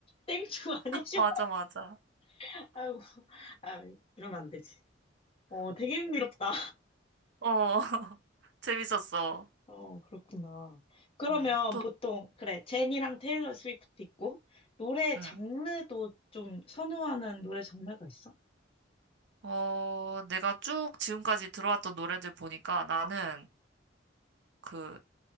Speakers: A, on the left (about 30°); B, on the right (about 60°).
A: 땡충 아니죠?
B: 맞아, 맞아.
A: <laughs> 아이고, 아, 이러면 안 되지. 어, 되게 흥미롭다.
B: 어, <laughs> 재밌었어.
A: 어, 그렇구나. 그러면
B: 응, 또,
A: 보통, 그래, 제니랑 테일러 스위프트 있고, 노래
B: 응.
A: 장르도 좀 선호하는 노래 장르가 있어?
B: 어, 내가 쭉 지금까지 들어왔던 노래들 보니까 나는 그